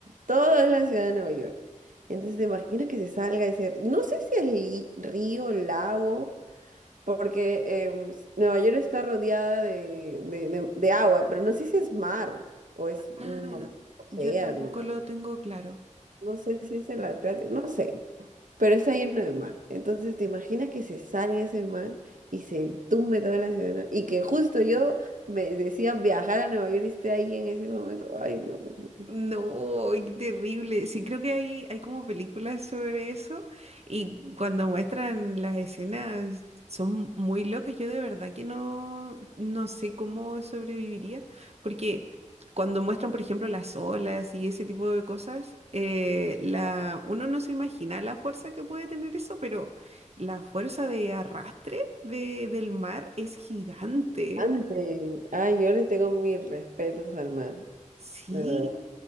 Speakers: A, on the right (about 85°); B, on the right (about 55°).
A: Todo es la ciudad de Nueva York. Entonces te imaginas que se salga ese, no sé si es li- río, lago, porque em, s- Nueva York está rodeada de, de- de- de agua, pero no sé si es mar o es un
B: Ah,
A: océano
B: yo tampoco lo tengo claro.
A: no sé si es el Atlántico, no sé, pero está lleno de mar. Entonces, ¿te imaginas que se salga ese mar y se tumbe toda la ciudad? no? Y que justo yo me decía viajar a Nueva York y esté ahí en ese momento. Ay, no, Dios mío.
B: No, qué terrible. Sí, creo que hay, hay como películas sobre eso y cuando muestran las escenas son muy locas. Yo de verdad que no, no sé cómo sobreviviría porque cuando muestran, por ejemplo, las olas y ese tipo de cosas, eh, la, uno no se imagina la fuerza que puede tener eso, pero la fuerza de arrastre de, del mar es gigante.
A: Antes, ay, yo le tengo mis respetos al mar,
B: Sí.
A: de verdad.